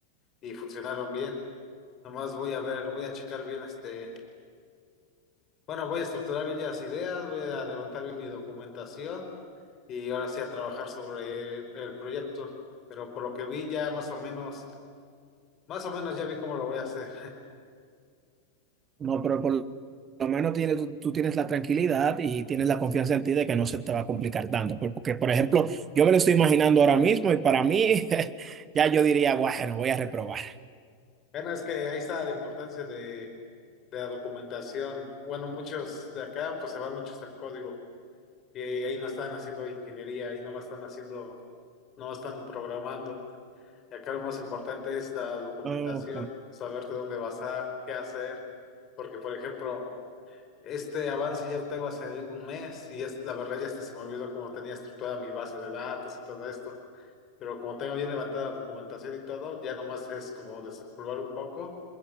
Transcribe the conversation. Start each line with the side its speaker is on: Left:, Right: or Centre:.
Left: y funcionaron bien. Nomás voy a ver, voy a checar bien este, bueno, voy a estructurar bien ya las ideas, voy a levantar bien mi documentación y ahora sí a trabajar sobre el proyecto. Pero por lo que vi ya más o menos, más o menos ya vi cómo lo voy a hacer.
Right: no, pero por lo menos tienes, tú, tú tienes la tranquilidad y tienes la confianza en ti de que no se te va a complicar tanto, por- porque, por ejemplo, yo me lo estoy imaginando ahora mismo y para mí <laughs> ya yo diría, bueno, voy a reprobar.
Left: Bueno, es que ahí está la importancia de, de la documentación. Bueno, muchos de acá pues se van muchos al código y ahí no están haciendo ingeniería, ahí no están haciendo, no están programando. Y acá lo más importante es la documentación,
Right: Ok.
Left: saberte dónde basar, qué hacer, porque por ejemplo, este avance ya lo tengo hace un mes y es, la verdad ya hasta se me olvidó cómo tenía estructurada mi base de datos y todo esto pero como tengo bien levantada la documentación y todo, ya nomás es como desempolvar un poco